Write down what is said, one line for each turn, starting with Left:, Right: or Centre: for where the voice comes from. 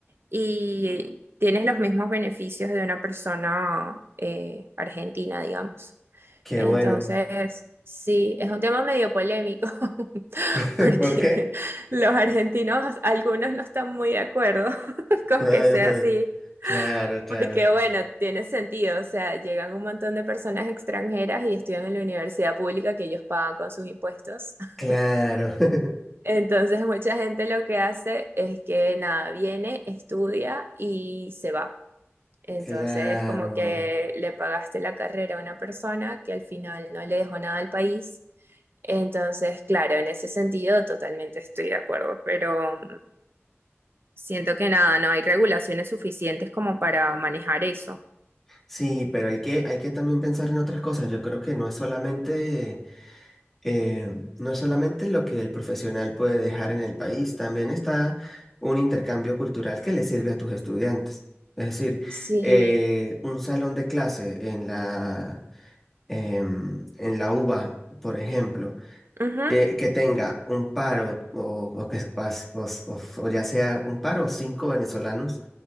Right: y tienes los mismos beneficios de una persona eh, argentina, digamos. Ah,
Centre: Qué
Right: Entonces,
Centre: bueno.
Right: sí, es un tema medio polémico <laughs>
Centre: <laughs>
Right: porque
Centre: ¿Por qué?
Right: los argentinos, algunos no están muy de acuerdo <laughs> con
Centre: Ajá,
Right: que sea así
Centre: Claro, claro.
Right: porque bueno, tiene sentido, o sea, llegan un montón de personas extranjeras y estudian en la universidad pública que ellos pagan con sus impuestos. <laughs>
Centre: Claro, <laughs>
Right: Entonces, mucha gente lo que hace es que nada, viene, estudia y se va. Entonces,
Centre: claro.
Right: como que le pagaste la carrera a una persona que al final no le dejó nada al país. Entonces, claro, en ese sentido totalmente estoy de acuerdo, pero mm, siento que nada, no hay regulaciones suficientes como para manejar eso.
Centre: Sí, pero hay que, hay que también pensar en otras cosas. Yo creo que no es solamente, eh, no es solamente lo que el profesional puede dejar en el país, también está un intercambio cultural que le sirve a tus estudiantes. Es decir,
Right: Sí.
Centre: eh, un salón de clase en la, em, en la UBA, por ejemplo.
Right: Ujú.
Centre: eh, que tenga un par o, o- o que, pas- o, s- o s- o ya sea un par o cinco venezolanos,